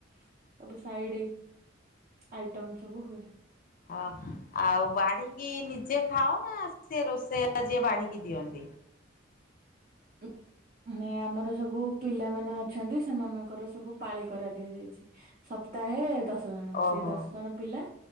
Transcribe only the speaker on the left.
ହଁ ଆଉ ବାଢ଼ିକି ନିଜେ ଖାଅ ନା, ସେ ରୋଷେଇଆ ଯିଏ ବାଢ଼ିକି ଦିଅନ୍ତି?
ଓହୋ